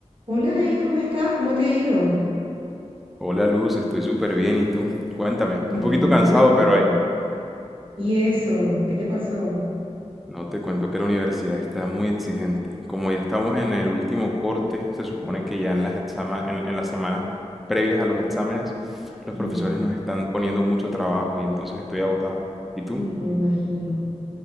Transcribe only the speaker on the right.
Hola David, ¿cómo estás? ¿Cómo te ha ido?
Bien,
bien,
me alegro.
¿Y eso? ¿Qué te pasó?
Ujú.
No me imagino.